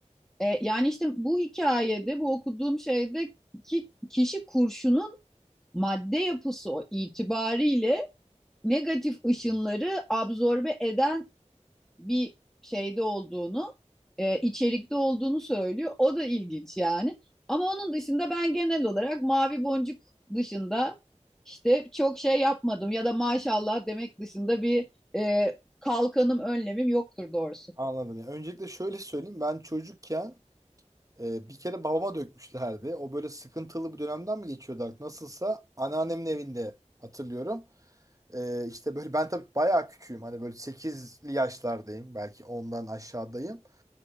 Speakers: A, in the centre; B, on the right.
A: e, yani işte bu hikayede bu okuduğum şeyde ki kişi kurşunun madde yapısı o itibariyle negatif ışınları absorbe eden bir şeyde olduğunu, e, içerikte olduğunu söylüyor. O da ilginç yani. Ama onun dışında ben genel olarak Mavi Boncuk dışında işte çok şey yapmadım ya da maşallah demek dışında bir e, kalkanım, önlemim yoktur doğrusu.
B: Anladım ya. Öncelikle şöyle söyleyeyim. Ben çocukken e, bir kere babama dökmüşlerdi. O böyle sıkıntılı bir dönemden mi geçiyordu artık? Nasılsa anneannemin evinde hatırlıyorum. E, işte böyle ben tabii bayağı küçüğüm. Hani böyle sekizli yaşlardayım. Belki ondan aşağıdayım.